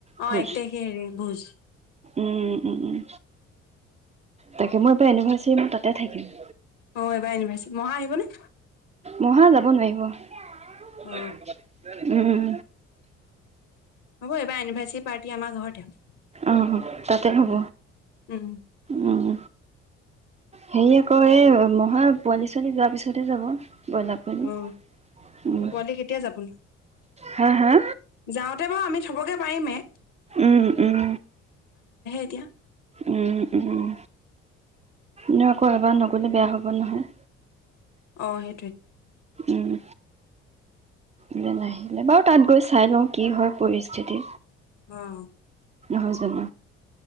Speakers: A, on the left; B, on the right.
A: অ
B: ভোজ
A: ', একেই হে, হেৰি ভোজ।
B: উম উম উম তাকে, মই এইবাৰ এনিভাৰ্চাৰী মই তাতে থাকিম।
A: অ ', এইবাৰ এনিভাৰ্চাৰী মহা আহিবনে?
B: মহা যাব নোৱাৰিব। <unintelligible>
A: অ
B: উম।
A: হ'ব', - এইবাৰ এনিভাৰ্চিত, - পাৰ্টি আমাৰ ঘৰতে।
B: আহ তাতে হ'ব।
A: উম উম
B: উম। হেৰি, আকৌ এই' মহাই পোৱালি-ছোৱালী যোৱাৰ পিছতহে যাব। ব্ৰইলাৰ পোৱালি
A: অ
B: উম
A: পোৱালি কেতিয়া যাবনো?
B: হা ',- হা',
A: যাওঁতে বাৰু আমি থবগে পাৰিমেই।
B: উম উম।
A: এতিয়া
B: উম উম। ন', আকৌ এবাৰ নগলে, বেয়া হব নহয়।
A: অ', সেইটোৱে।
B: উম। ইয়ালে আহিলে, বাৰু তাত গৈ চাই লওঁ কি হয় পৰিস্থিতি।
A: অ', -
B: হয়েছে অ